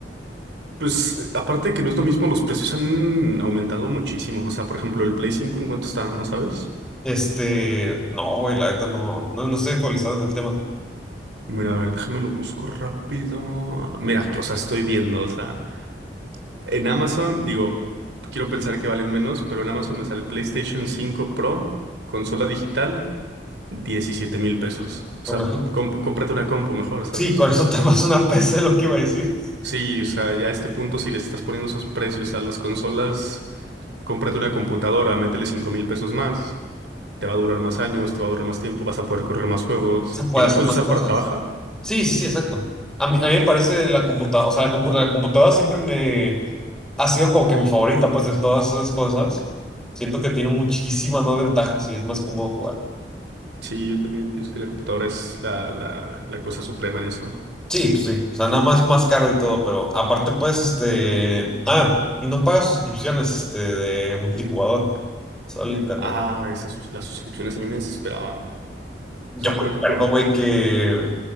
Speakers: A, on the right (about 85°); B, in the centre.
A: Pues eh, aparte que no es lo mismo, los precios han aumentado muchísimo. O sea, por ejemplo, el Play 5, ¿en cuánto está? ¿No sabes?
B: Este, no, güey, la neta no, no, no estoy actualizado en el tema.
A: Mira, a ver, déjame lo busco rápido. Mira, que- o sea, estoy viendo, o sea, en Amazon, digo, quiero pensar que valen menos, pero en Amazon me sale el PlayStation 5 Pro, consola digital, 17 mil pesos. O
B: Con
A: sea,
B: eso-
A: com- cómprate una compu mejor, ¿sabes?
B: sí, con eso <laughs> está más una PC lo que iba a decir.
A: Sí, o sea, ya a este punto, si les estás poniendo esos precios a las consolas, cómprate una computadora, métele 5 mil pesos más. te va a durar más años, te va a durar más tiempo, vas a poder correr más juegos
B: se puede
A: y la
B: hacer
A: puedes
B: más
A: usar
B: cosas.
A: para trabajar.
B: Sí, sí, sí, exacto. A mí, a mí me parece la computadora, o sea, la, compu- la computadora siempre me ha sido como que mi favorita, pues, de todas esas cosas. Siento que tiene muchísimas más ventajas y es más cómodo jugar.
A: Sí, yo también pienso que la computadora es la, la, la cosa suprema en eso.
B: Sí, pues sí. O sea, nada más más caro y todo, pero aparte, pues, este. Ah, y no pagas suscripciones, este, de multijugador, solo el internet.
A: Ah, esas sus- las suscripciones a mí me desesperaban.
B: Yo
A: O sea,
B: me
A: por ejemplo,
B: acuerdo, güey, que,